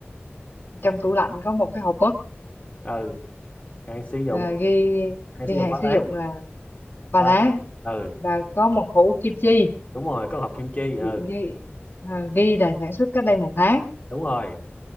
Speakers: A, on the left; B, on the left.
A: Trong tủ lạnh có một cái hộp mứt
B: ừ hạn sử dụng
A: à, ghi
B: hạn
A: ghi
B: sử dụng
A: hạn
B: ba
A: sử dụng
B: tháng
A: là 3
B: ba
A: tháng
B: tháng ừ
A: và có một hũ kim chi
B: đúng rồi có hộp kim chi ừ
A: ghi, ghi, à, ghi là sản xuất cách đây một tháng
B: đúng rồi